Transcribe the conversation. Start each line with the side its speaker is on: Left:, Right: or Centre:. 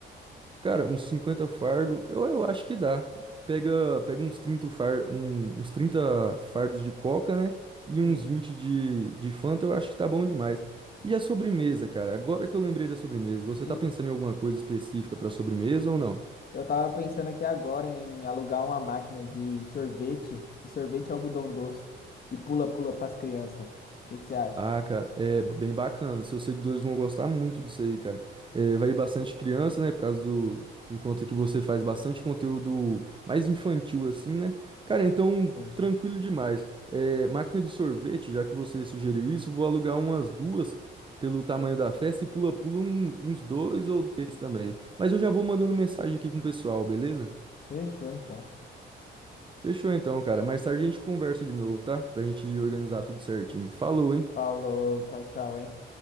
Right: Cara, uns 50 fardo, eu, eu acho que dá. Pega, pega uns trinta far, um- uns 30 fardos de coca, né? E
Left: Sim.
Right: uns 20 de, de Fanta, eu acho que tá bom demais. E a sobremesa, cara? Agora que eu lembrei da sobremesa, você
Left: E,
Right: tá pensando em alguma coisa específica pra sobremesa ou não?
Left: Eu tava pensando aqui agora em alugar uma máquina de sorvete, e sorvete é algodão doce, e pula-pula pras crianças. O que que você acha?
Right: Ah, cara, é bem bacana. Seus seguidores vão gostar muito disso aí, cara. É, vai ir bastante criança, né? Por causa do. Por conta que você faz bastante conteúdo mais infantil, assim, né? Cara, então,
Left: Sim.
Right: tranquilo demais. É, máquina de sorvete, já que você sugeriu isso, vou alugar umas duas pelo tamanho da festa e pula-pula um- uns dois ou três também. Mas eu já vou mandando mensagem aqui com o pessoal, beleza?
Left: Fechou então.
Right: Fechou então, cara. Mais tarde a gente conversa de novo, tá? Pra gente organizar tudo certinho. Falou, hein?
Left: Falou, tchau, tchau, hein?